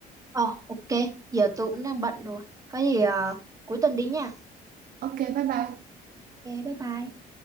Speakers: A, on the right; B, on the right.
A: Ờ ok giờ tôi cũng đang bận rồi có gì ờ, cuối tuần đi nha
B: ok bye bye
A: Ok, bye bye.